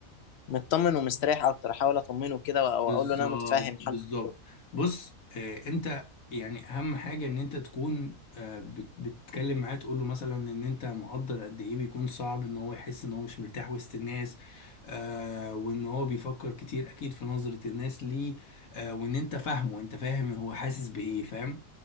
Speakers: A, on the left (about 55°); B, on the left (about 80°).
A: مطمن ومستريح اكتر احاول اطمنه كده وأ- واقول
B: بالظبط
A: له ان انا متفاهم
B: بالظبط
A: حالته
B: بص آه انت يعني اهم حاجه ان انت تكون آه بت- بتتكلم معاه تقول له مثلا ان انت مقدر قد ايه بيكون صعب ان هو يحس ان هو مش مرتاح وسط الناس آه وان هو بيفكر كتير اكيد في نظره الناس ليه آه وان انت فاهمه انت فاهم هو حاسس بايه فاهم